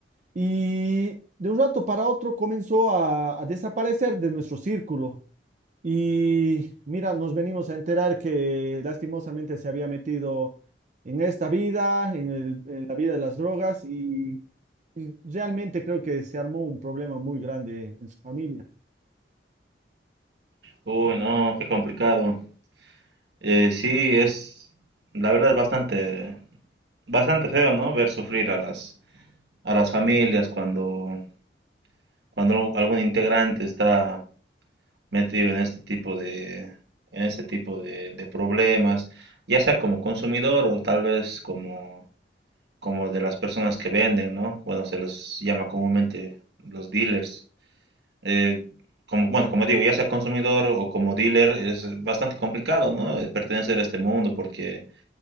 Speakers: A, on the right; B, on the right.
A: y de un rato para otro comenzó a, a desaparecer de nuestro círculo. Y mira, nos venimos a enterar que lastimosamente se había metido en esta vida, en el- en la vida de las drogas y y realmente creo que se armó un problema muy grande en su familia.
B: Uy, no, qué complicado. Eh, sí, es, la verdad es bastante, bastante feo, ¿no? Ver sufrir a las, a las familias cuando, cuando algún integrante está metido en este tipo de, en este tipo de, de problemas, ya sea como consumidor o tal vez como, como de las personas que venden, ¿no? Bueno, se les llama comúnmente los dealers. Eh, como, bueno, como digo, ya sea consumidor o como dealer, es bastante complicado, ¿no? Eh, Pertenecer a este mundo porque,